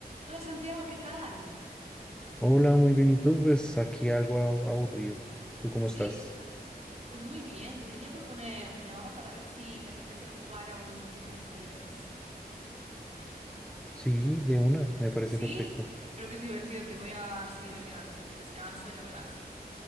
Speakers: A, on the right; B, in the centre.
A: Hola Santiago, ¿qué tal?
B: Hola, muy bien. ¿Y tú? Pues aquí algo a- aburrido. ¿Tú cómo
A: ¿Sí?
B: estás?
A: Pues muy bien, te quería proponer, te llamaba para ver si te apetece jugar a un ¿qué prefieres?
B: Sí, de una, me parece
A: ¿Sí?
B: perfecto.
A: Creo que es divertido, te voy a así divertir ahora sí en tu descanso, ya verás.